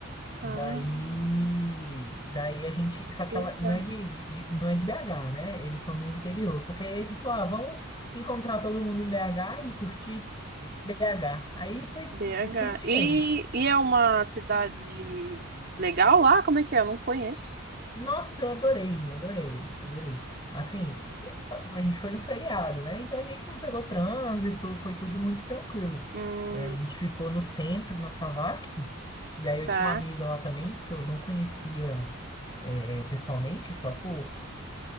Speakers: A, on the left; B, on the right.
A: Daí,
B: Ah,
A: daí a gente, só que
B: BH.
A: ela não é de, de- de- não é de BH, né? Eles são do interior. Só que aí a gente falou, ah, vamos encontrar todo mundo em BH e curtir BH. Aí foi
B: BH.
A: isso que a gente
B: E,
A: fez.
B: e é uma cidade legal lá? Como é que é? Eu não conheço.
A: Nossa, eu adorei, adorei, adorei. Assim, te- a gente foi no feriado, né? Então a gente não pegou trânsito, foi tudo muito tranquilo.
B: Hum,
A: É, A gente ficou no centro, na Savassi, e aí eu
B: tá.
A: tinha uma amiga lá também, que eu não conhecia é, é, pessoalmente, só por,